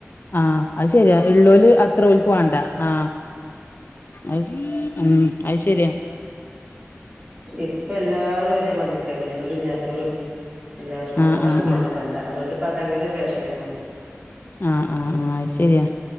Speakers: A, on the left; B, on the right.
A: ആ അത് ശരിയാ ഉള്ളല് അത്ര പോലക്ക് വേണ്ട ആ <unintelligible> ഉം അത് ശരിയ
B: ഇപ്പൊ എല്ലാരും ഒരേ മതിരി ഒള്ളല്ലും ഇല്ലാത്തല്ലും എല്ലാവർക്കും
A: ആഹ്
B: ആർക്കും
A: ആഹ്
B: വേണ്ട
A: ആഹ്
B: പണ്ട അതുകൊണ്ട് ഇപ്പ അത അങ്ങനെ ഒരു ഫാഷനായിമാറി
A: ആഹ് ആഹ്
B: ഉം
A: ആഹ് അത് ശരിയാ